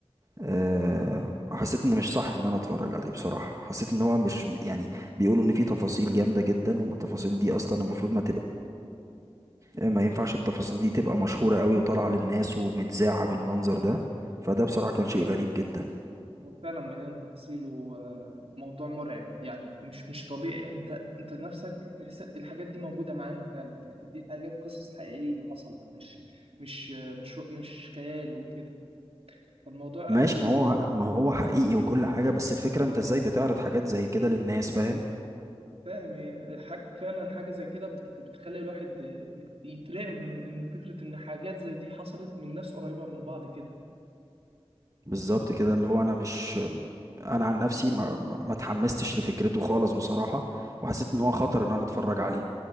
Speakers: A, on the right; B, on the right.
A: أه حسيت ان مش صح ان انا اتفرج عليه بصراحه حسيت ان هو مش يعني بيقولوا ان فيه تفاصيل جامده جدا والتفاصيل دي اصلا المفروض ما تبقى ما ينفعش التفاصيل دي تبقى مشهورة قوي وطالعة للناس ومتذاعة بالمنظر ده فده بصراحة كان شيء غريب جدا
B: هو فعلا مليان تفاصيل وموضوع مرعب يعني مش مش طبيعي يعني انت انت نفسك تحس الحاجات دي موجودة معانا فعلا يعني دي حاجات قصص حقيقية حصلت مش مش مش مش خيال وكده فالموضوع
A: ماشي ما هو ما هو حقيقي وكل حاجة بس الفكرة انت ازاي بتعرض حاجات زي كده للناس فاهم
B: أنا فاهم هي حاج فعلا حاجة زي كده بت بتخلي الواحد يت- يترعب من ان فكرة ان حاجات زي دي حصلت من ناس قريبة من بعض كده
A: بالظبط كده اللي هو انا مش انا عن نفسي ما ما ما اتحمستش لفكرته خالص بصراحة وحسيت ان هو خطر ان انا اتفرج عليه